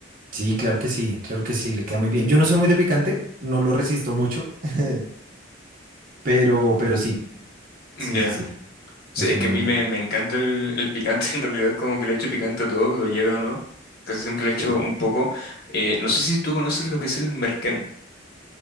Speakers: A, on the right; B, on the left.
A: Sí, claro que sí, claro que sí, le queda muy bien. Yo no soy muy de picante, no lo resisto mucho, <laughs> pero, pero sí,
B: Ya.
A: sí, sí, sí,
B: Sí,
A: funciona
B: es que
A: muy
B: a mí
A: bien.
B: me, me encanta el, el picante, <laughs> en realidad como que le echo picante a todo, lo lleve o no, casi siempre le echo
A: Sí.
B: un poco. Eh, no sé si tú conoces lo que es el merquén,